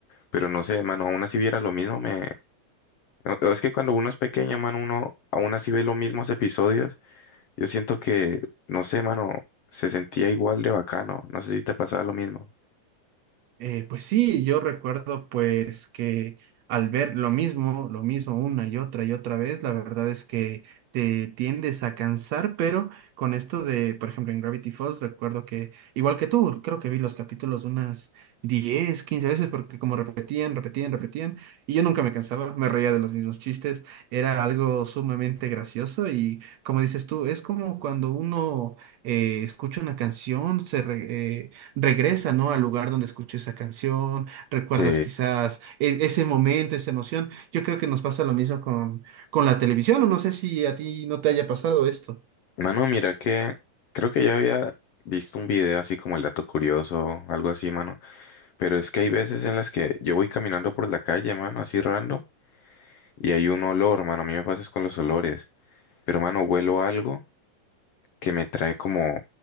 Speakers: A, on the left (about 85°); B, on the right (about 70°).
A: Pero no sé, mano, aún así viera lo mismo, me, No, Es que cuando uno es pequeño, mano, uno aún así ve los mismos episodios. Yo siento que, no sé, mano, se sentía igual de bacano. No sé si te pasaba lo mismo.
B: Eh, pues sí, yo recuerdo pues que al ver lo mismo, lo mismo una y otra y otra vez, la verdad es que te tiendes a cansar, pero con esto de, por ejemplo, en Gravity Falls, recuerdo que, igual que tú, creo que vi los capítulos unas 10 15 veces, porque como repetían, repetían, repetían, y yo nunca me cansaba, me reía de los mismos chistes, era algo sumamente gracioso y como dices tú, es como cuando uno eh, escucha una canción, se... re- eh, regresa, ¿no? Al lugar donde escuchó esa canción, recuerdas
A: sí
B: quizás e- ese momento, esa emoción. Yo creo que nos pasa lo mismo con, con la televisión, o no sé si a ti no te haya pasado esto.
A: mano, mira que creo que ya había visto un video así como el dato curioso, algo así, mano. Pero es que hay veces en las que yo voy caminando por la calle, mano, así random, y hay un olor, mano. A mí me pasa es con los olores. Pero, mano, huelo algo que me trae como